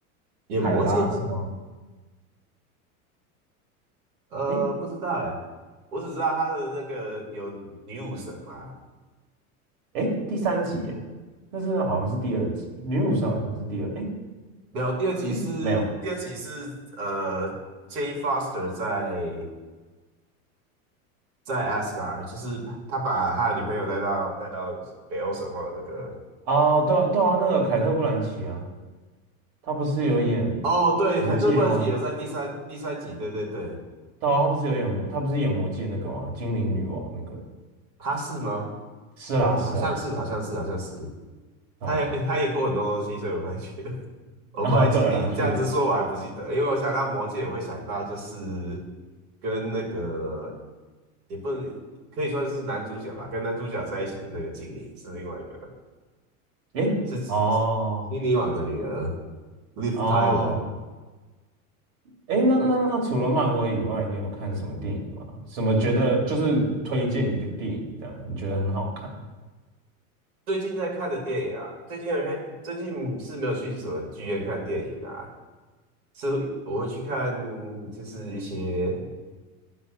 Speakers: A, on the right; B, on the right.
A: 演魔戒？
B: 海拉是吗？
A: 呃，
B: 哎
A: 不知道哎。我只知道他的那个有女武神嘛，
B: 哎，第三集哎，那是好像是第二集，女武神好像是第二，哎
A: 没有第二集是第二集是呃
B: 哎，没有
A: j a n Foster 在在 Asgard，就是他把他的女朋友带到带到北欧神话的那个。
B: 哦，对啊对啊，那个凯特·布兰奇啊。他不是有演
A: 哦，对，
B: 魔戒吗？
A: 凯特·布兰奇有在第三第三集，对对对，
B: 对啊，他不是有演魔，他不是演魔戒那个吗？精灵女王那个。
A: 他是吗？
B: 是啊，
A: 嗯，
B: 是啊，
A: 好像是，
B: 是啊，
A: 好像是，好像是。
B: 对啊。
A: 他也 <laughs> 他也过很多东西，所以我不太记得。<laughs>
B: <laughs>
A: 我不太记得，
B: 啊，对啦，
A: 你这样子说我还不记得，
B: 确实。
A: 因为我想到魔戒，我会想到就是跟那个也不能可以算是男主角吧，跟男主角在一起的那个精灵是另外一个，
B: 诶，
A: 是
B: 哦，
A: 精灵王的女儿 Liv
B: 哦，
A: Tyler。
B: 诶，那那那除了漫威以外，你有看什么电影吗？什么觉得就是推荐一个电影这样，你觉得很好看？
A: 最近在看的电影啊，最近在看，最近是没有去什么剧院看电影啊，是我会去看就是一些。